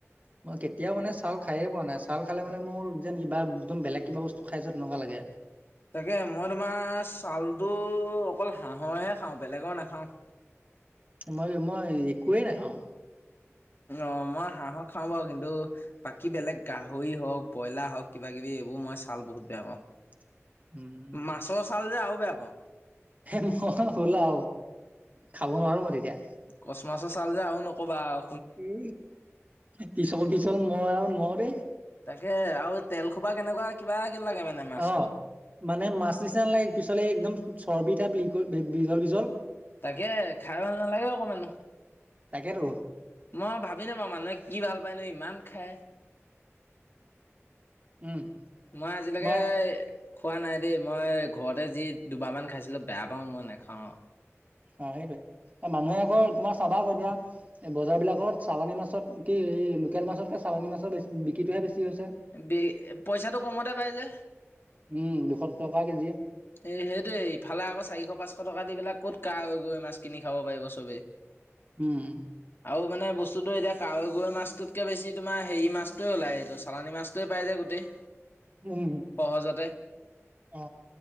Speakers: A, on the right (about 30°); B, on the left (about 50°).
A: মই কেতিয়াও মানে ছাল খাইৱে পোৱা নাই। ছাল খালে মানে মানে মোৰ যেন কিবা একদম বেলেগ কিবা বস্তু খাইছ তেনেকুৱা লাগে।
B: তাকে মই তোমাৰ চালটো অকল হাঁহৰহে খাওঁ, বেলেগৰ নাখাওঁ।
A: <inaudible> মই মই একোৱেই নেখাওঁ।
B: অ মই হাহক। খাওঁ বাউ কিন্তু বাকী বেলেগ গাহৰি হওক ব্ৰইলা হওক কিবাকিবি এইবো মই ছাল বহুত বেয়া পাওঁ।
A: <inaudible> উম
B: মাছৰ ছাল যে আৰু বেয়া পাওঁ
A: ম হ'লা? খাব নোৱাৰোঁ মই তেতিয়া।
B: কচ মাছৰ চাল যে আও নকবা আও।
A: এ পিছল পিছল মই আও নুৱাও দেই।
B: তাকে আৰু তেল খোপা কেনেকুৱা। কিবা কিবি লাগে মানে মাছটো।
A: অ, মানে মাছ নিচিনা নালাগে পিছলে একদম চৰ্বি টাইপ লিকুইড। বিজল বিজল।
B: তাকে, খাই ভাল নালাগে অকণমানো।
A: তাকে তো।
B: মই ভাবি নাপাও, মানুহে কি ভাল পায় নো ইমান খাই?
A: উম
B: মই আজিলেকে।
A: তোমাৰ
B: খোৱা নাই দেই, মই ঘৰতে যি দুবাৰমান খাইছিলোঁ বেয়া পাওঁ মই নেখাও।
A: অ সেইটোৱে। মানুহে আকৌ তোমাৰ চাবা আকৌ এতিয়া, বজাৰ বিলাকত চালানী মাছত কি এই লোকেল মাছতকে চা চালনি মাছৰ বেছি বিক্ৰীটোহে বেছি। চি হৈছে।
B: বে পইচাটো কমতে পাই যে
A: উম দুশ টকা কেজি।
B: এ সেইটোৱে ইফালে আকৌ চাৰিশ পাঁচশ টকা দি পেলাই ক'ত কাৱৈ, গৰৈ মাছ কিনি খাব পাৰিব চবে।
A: উম
B: আউ মানে বস্তু। বস্তু ত এতিয়া কাৱৈ, গৰৈ মাছটোতকৈ বেছি তোমাৰ হেৰি মাছটোৱে ওলায়, এইটো চালানী মাছটোৱে পায় যে গোটেই।
A: উম
B: সহজতে।
A: অ।